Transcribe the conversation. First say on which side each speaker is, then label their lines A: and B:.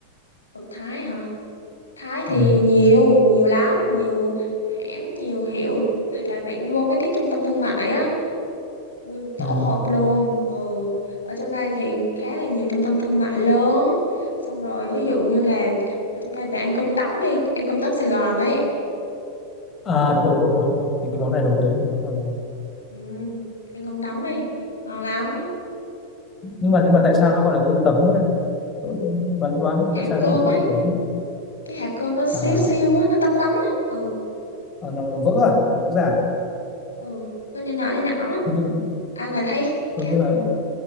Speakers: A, on the left; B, on the left.
A: đồ Thái hả Thái thì
B: ừ.
A: nhiều nhiều lắm nhiều hãng nhiều hiệu hoặc là bạn đi vô mấy cái trung tâm thương mại á nguyên một tổ
B: Ừ.
A: hợp luôn ừ. ở trong đây thì khá là nhiều trung tâm thương mại lớn xong rồi ví dụ như là ở trong đây bạn ăn cơm tấm đi ăn cơm tấm Sài Gòn ấy
B: à đúng rồi đúng rồi đúng rồi, đúng rồi. Cái, cái món này nổi tiếng cái món này.
A: ừ. ăn cơm tấm đi ngon lắm
B: nhưng mà nhưng mà tại sao nó gọi là cơm tấm đây Tôi cũng đoán đoán
A: hạt
B: tại sao
A: cơm
B: nó gọi là
A: ấy
B: cơm tấm nhỉ?
A: cái hạt cơm nó xíu
B: à,
A: xiu á nó tấm tấm á ừ
B: à nó, nó vỡ à nó vỡ ra à?
A: ừ nó nhỏ nhỏ nhỏ nhỏ
B: hình như,
A: ăn là thấy
B: hình
A: khác
B: như là